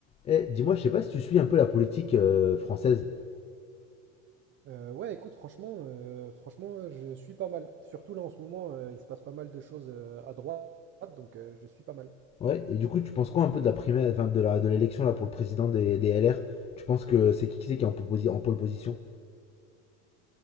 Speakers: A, on the left (about 15°); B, on the right (about 30°).
A: Eh, dis-moi, je sais pas si tu suis un peu la politique euh, française.
B: Euh, ouais, écoute, franchement, euh, franchement, euh, je suis pas mal. Surtout là en ce moment, euh, il se passe pas mal de choses euh, à droite, donc euh, je suis pas mal.
A: Ouais, et du coup, tu penses quoi un peu de la primaire, enfin, de la, de l'élection là pour le président des, des LR? Tu penses que c'est qui, qui c'est qui est en, posi- en pole position?